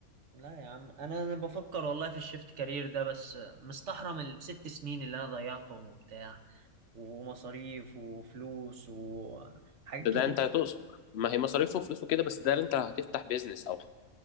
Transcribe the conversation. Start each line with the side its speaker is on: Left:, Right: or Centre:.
Right: لا يا عم انا انا بفكر والله في الشيفت كارير ده بس مستحرم الست سنين اللي انا ضيعتهم وبتاع ومصاريف وفلوس وحاجات
Left: ده ده
Right: كتير
Left: انت هتقصد ما هي مصاريفه وفلوسه كده بس ده اللي انت هتفتح بيزنس او